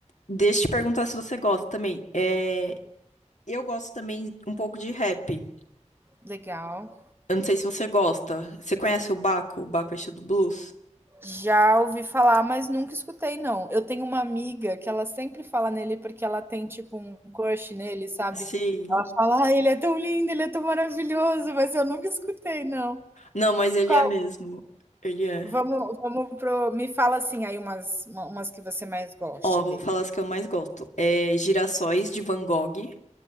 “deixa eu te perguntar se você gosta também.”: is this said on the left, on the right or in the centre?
Left